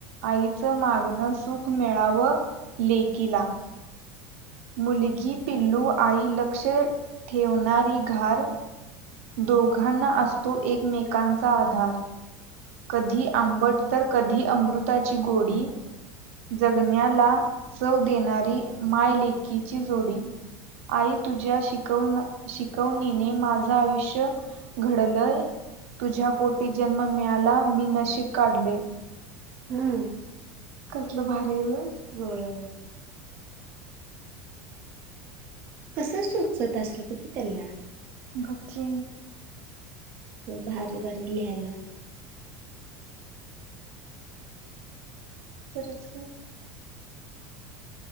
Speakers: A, on the right; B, on the right.
A: आईचं मागण सुख मिळावं लेकीला मुलगी पिल्लू आई लक्ष ठेवणारी घार. दोघांना असतो एकमेकांचा आधार. कधी आंबट तर कधी अमृताची गोडी जगण्याला चव देणारी मायलेकीची जोडी. आई तुझ्या शिकव शिकवणीने माझं आयुष्य घडलंय. तुझ्या पोटी जन्म मिळाला मी नशीब काढलंय.
B: हम्म.
A: कसलं भारी वो.
B: होय. कसं सुचत असलं बघ की त्यांना
A: ओके.
B: अस भारी भारी लिहायला.
A: खरच की